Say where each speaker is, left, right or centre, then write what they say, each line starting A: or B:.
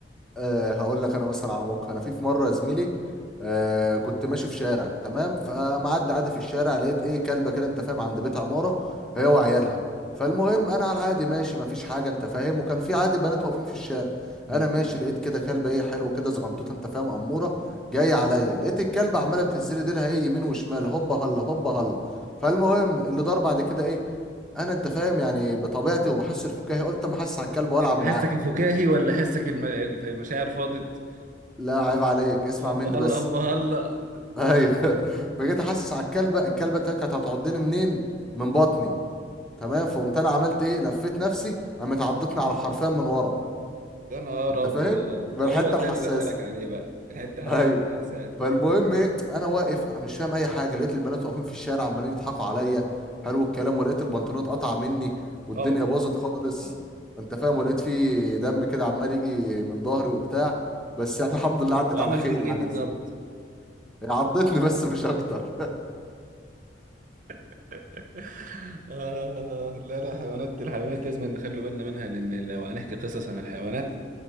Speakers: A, in the centre; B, on the right.
A: أه هقول لك انا مثلا على موقف انا في في مره يا زميلي أه كنت ماشي في شارع تمام فمعدي عادي في الشارع لقيت ايه كلبه كده انت فاهم عند بيت عماره هي وعيالها فالمهم انا على العادي ماشي مفيش حاجه انت فاهم وكان في عادي بنات واقفين في الشارع
B: مم.
A: انا ماشي لقيت كده كلبه ايه حلوه كده زغنطوطه انت فاهم اموره جايه عليا لقيت الكلبه عماله بتهز لي ديلها ايه يمين وشمال هوبا هلا هوبا هلا فالمهم اللي دار بعد كده ايه انا انت فاهم يعني بطبيعتي وبحس الفكاهي قلت ما احس على الكلب والعب
B: انت
A: معاها
B: حسك الفكاهي ولا حسك الم... المشاعر فاضت
A: لا عيب عليك اسمع
B: هوبا
A: مني
B: هلا
A: بس
B: هوبا هلا
A: ايوه <laughs> فجيت احسس على الكلبه الكلبه تا- كانت هتعضني منين من بطني تمام فقمت انا عملت ايه لفيت نفسي قامت عضتني على الحرفان من ورا
B: يا نهار
A: انت
B: ابيض
A: فاهم من
B: هو
A: الحته
B: ده
A: الحساسه
B: اللي بسألك عليه بقى الحته
A: <laughs>
B: حساسه
A: ايوه فالمهم ايه انا واقف انا مش فاهم اي حاجه لقيت البنات واقفين في الشارع عمالين يضحكوا عليا حلو الكلام ولقيت البنطلون اتقطع مني والدنيا
B: طبعا
A: باظت خالص
B: اه
A: انت فاهم ولقيت فيه دم كده عمال يجي من ظهري وبتاع بس <laughs> يعني الحمد لله عدت
B: وعمل
A: على خير
B: فيك ايه
A: يعني
B: بالظبط
A: يا زميلي هي عضتني بس مش اكتر
B: <laughs> آه لا لا حيوانات الحيوانات لازم نخلي بالنا منها لأن لو هنحكي قصص عن الحيوانات